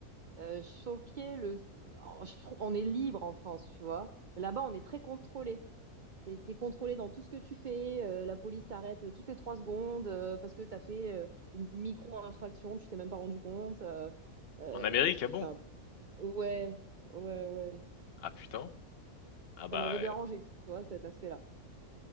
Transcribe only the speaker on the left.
en Amérique,
ah bon?
Ah putain. Ah bah
euh,